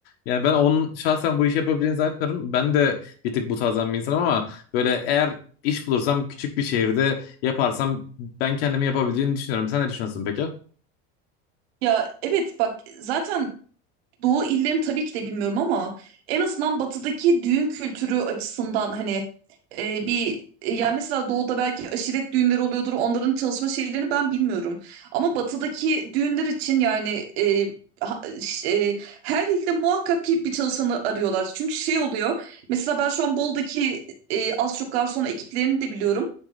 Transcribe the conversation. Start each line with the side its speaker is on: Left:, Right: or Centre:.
Left: yani ben onun şahsen bu işi yapabileceğini zannetmiyorum ben de bir tık bu tarzdan bir insanım ama Böyle eğer iş bulursam küçük bir şehirde yaparsam ben kendimi yapabildiğini düşünüyorum. Sen ne düşünüyorsun peki?
Right: Ya evet bak zaten Doğu illerini tabii ki de bilmiyorum ama en azından batıdaki düğün kültürü açısından hani e, bir e, yani mesela doğuda belki aşiret düğünleri oluyordur. Onların çalışma şeylerini ben bilmiyorum. Ama batıdaki düğünler için yani e, ha- ş- e, her ilde muhakkak ki bir çalışanı arıyorlar. Çünkü şey oluyor. Mesela ben şu an Bol'daki e, az çok garson ekiplerini de biliyorum.